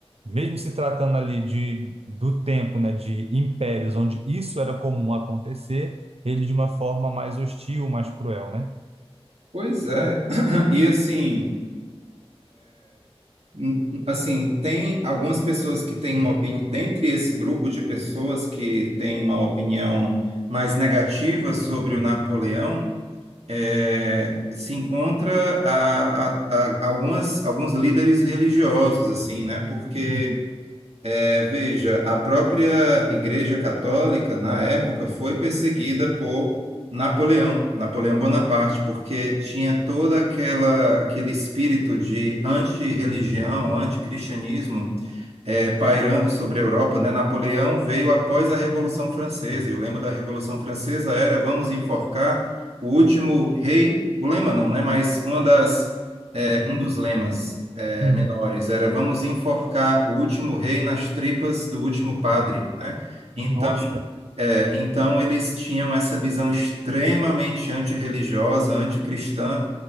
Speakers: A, on the right; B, on the right.
A: mesmo se tratando ali de, do tempo, né, de impérios, onde isso era comum acontecer, ele de uma forma mais hostil, mais cruel, né?
B: Pois é. <clears throat> E assim, n- assim, tem algumas pessoas que têm uma opinião, dentre esse grupo de pessoas que têm uma opinião mais negativa sobre o Napoleão, é, se encontra a, a- a- algumas, alguns líderes religiosos, assim, né? Porque,
A: Uhum.
B: é, veja, a própria Igreja Católica, na época, foi perseguida por Napoleão, Napoleão Bonaparte, porque tinha toda aquela aquele espírito de antirreligião, anticristianismo é, pairando sobre a Europa, né? Napoleão veio após a Revolução Francesa, e o lema da Revolução Francesa era vamos enforcar o último rei, o lema não, né? Mas uma das, é, um dos lemas é,
A: Uhum.
B: menores era vamos enforcar o último rei nas tripas do último padre, né? Então,
A: Nossa,
B: é, então eles tinham essa visão extremamente antirreligiosa, anticristã,